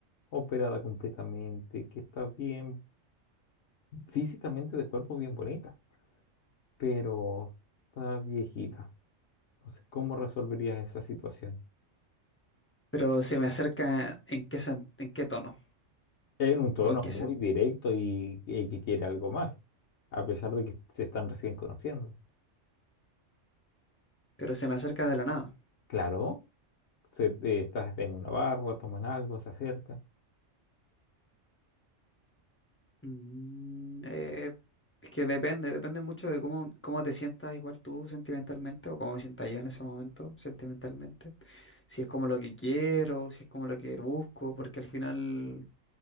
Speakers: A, on the left; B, on the left.
A: operada completamente, que está bien físicamente de cuerpo bien bonita, pero está viejita. Entonces, ¿cómo resolverías esa situación?
B: Pero se me acerca en qué, sen- en qué tono
A: En un tono
B: o en qué
A: muy
B: sentido.
A: directo y, y que quiere algo más, a pesar de que se están recién conociendo.
B: Pero se me acerca de la nada.
A: Claro. se- eh, estás en una barra, toman algo, se acerca.
B: Mm, Eh, es que depende, depende mucho de cómo, cómo te sientas igual tú sentimentalmente o cómo me sienta yo en ese momento sentimentalmente. Si es como lo que quiero, si es como lo que busco, porque al final